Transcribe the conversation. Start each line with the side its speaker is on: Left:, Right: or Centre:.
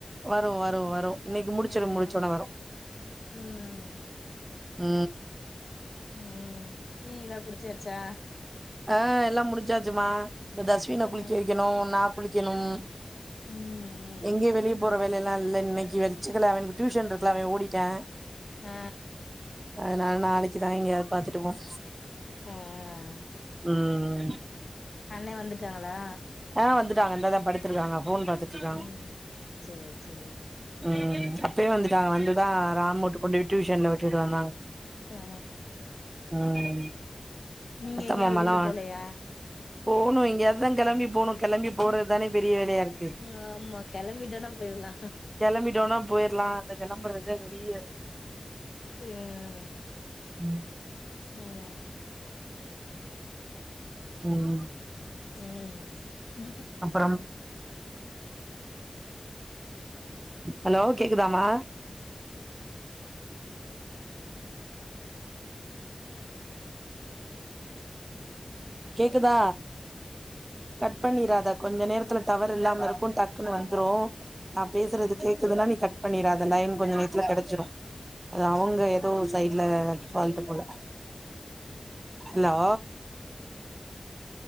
Right: வரு வரு வரு இன்னைக்கு முடிச்சுரு
Left: ம்
Right: முடிச்சோன வரு
Left: ம்
Right: ஆ
Left: ம் டீல்லா குடிச்சாச்சா
Right: ஆ எல்லாம் முடிஞ்சாச்சுமா இந்த தஸ்வின
Left: ம்
Right: குளிக்க வெக்கணும் நா குளிக்கணும்
Left: ம் ம்
Right: எங்கே வெளிய போற வேலைையல்லா இல்ல இன்னைக்கு வெச்சிக்கல அவனுக்கு டியூஷன் இருக்குல அவன் ஓடிட்டா
Left: ஆ
Right: அதனால நாளைக்குதா எங்கேயாவது பாத்துட்டு போனு
Left: ம் ம்
Right: ம்
Left: அண்ணே வந்துட்டாங்களா
Right: ஆ வந்துட்டாங்க இந்தாதா படுத்திடிருக்காங்க ஃபோன் பாத்து அதா
Left: ம் சேரி சேரி
Right: ம் அப்பயே வந்துட்டாங்க
Left: ம்
Right: வந்து இப்ப தா ராம் ஊட்டுக் கொண்டு டியூசன்ல வகட்டுட்டு வந்தாங்க
Left: ஆ
Right: ம்
Left: நீங்க
Right: அத்த
Left: எங்கயு
Right: மாமால்லா
Left: வெளில போலயா
Right: போணு இங்கயாவதுதா கிளம்பி போனு கிளம்பி போறதுதான பெரிய வேலையா இருக்கு
Left: ம் ஆமா கெளம்பிட்டோனா போயிடலா
Right: கிளம்பிட்டோனா போயிரலா இப்ப கெளம்பறதுதா வெளிய
Left: ம்
Right: ம்
Left: ம்
Right: ம்
Left: ம் <inaudible>
Right: அப்பறம் ஹலோ கேக்குதாமா கேக்குதா கட் பண்ணிராதா கொஞ்சோ நேரத்துல டவர் இல்லாம இருக்கு டக்குன்னு வந்துரு நா பேசுறது கேக்குதுன்னா நீ கட்பண்ணிடாத லைன் கொஞ்ச நேரத்துல கெடச்சிடு அது அவுங்க ஏதோ சைட்ல பாழ்ட்டு போல ஹலோ